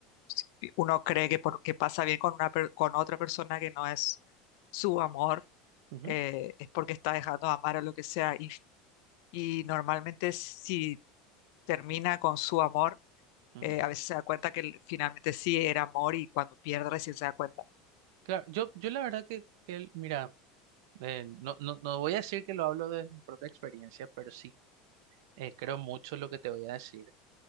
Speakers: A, on the left; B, on the right.
A: si uno cree que porque pasa bien con una per- con otra persona que no es su amor,
B: Ujú,
A: eh, es porque está dejando de amar o lo que sea y, y normalmente si termina con su amor,
B: ujú.
A: eh, a veces se da cuenta que l- finalmente sí era amor y cuando pierde recién se da cuenta.
B: Claro, yo, yo la verdad que, que, mira, eh, no, no, no voy a decir que lo hablo desde mi propia experiencia, pero sí eh, creo mucho lo que te voy a decir.